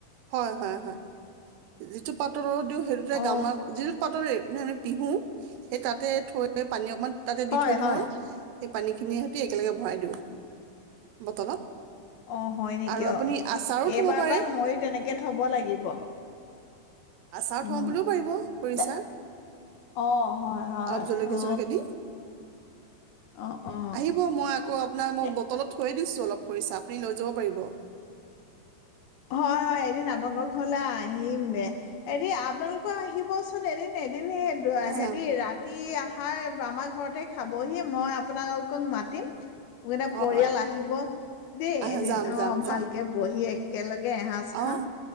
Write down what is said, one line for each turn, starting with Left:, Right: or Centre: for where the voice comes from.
Right: হয়, হয়, হয়, যিটো পাত তত দিওঁ, সেইটোতে
Left: অ
Right: গামাত যিটো পাতৰেই <unintelligible> পিহোঁ, সেই তাতে থৈ পানী অকণমাণ তাতে দি
Left: হয়
Right: থৈ দিওঁ
Left: হয়
Right: আও সেই পানীখিনি সৈতি একেলগে ভৰাই দিওঁ, বটলত।
Left: অ', হয় নেকি
Right: আৰু আপুনি
Left: অ',
Right: আচাৰো
Left: এইবাৰৰ
Right: থ'ব পাৰে
Left: পৰা মইও তেনেকে থব লাগিব।
Right: আচাৰ
Left: উম
Right: থওঁ বুলিও পাৰিব, খৰিচা,
Left: দে অ হয় হয়
Right: অলপ জলকীয়া
Left: অ
Right: চলকীয়া দি।
Left: অ অ
Right: আহিব, মই আকৌ আপোনা ম
Left: এ
Right: বটলত থৈ দিছোঁ অলপ। খৰিচা, আপুনি লৈ যাব পাৰিব।
Left: হয়, হয়, এদিন আপোনালোকৰ ঘৰলৈ আহিম, এদিন আপোনালোক আকৌ আহিবচোন এদিন-এদিন হেৰি
Right: যাম
Left: ৰাতি আঠ হয়, আমাৰ ঘৰতে খাবহি মই আপোনালোকক মাতিম <unintelligible> পৰিয়াল
Right: অ' হয়
Left: আহিব দেই
Right: আহ
Left: এদিন
Right: যাম
Left: অ',
Right: যাম যাম
Left: ভালকৈ বহি <unintelligible> কে এসাঁজ খাম,
Right: অ'